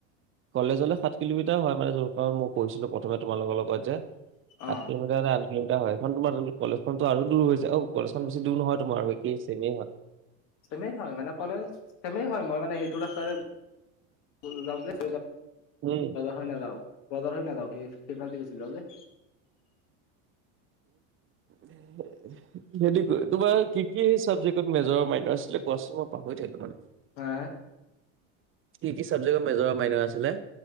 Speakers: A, on the right; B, on the left.
A: কলেজলৈ সাত কিলোমিটাৰ হয় মানে য'ৰপৰা মই পঢ়িছিলো প্ৰথমে তোমালোকৰ লগত যে সাত
B: অ
A: কিলোমি আঠ কিলোমিটাৰ হয়, এইখন তোমাৰ কলেজখনটো আৰু দূৰ হৈছে, অ', কলেজখন বেছি দূৰ নহয় তোমাৰ একে চেমে হয়
B: চেমেই হয় মানে কলেজ, চেমেই হয় মই মানে সেইটো ৰাস্তাৰে <unintelligible> বজাৰ
A: উম
B: হৈ নাযাও, বজাৰ হৈ নাযাও, সেই সেই ফালদি গুচি যাওঁ যে
A: <unintelligible> সেইটোৱে টো, তোমাৰ কি কি চাবজেক্টত মেজৰ মাইনৰ আছিলে কোৱাচোন, মই পাহৰি থাকিলো মানে
B: হা?
A: কি কি চাবজেক্টত মেজৰ আৰু মাইনৰ আছিলে?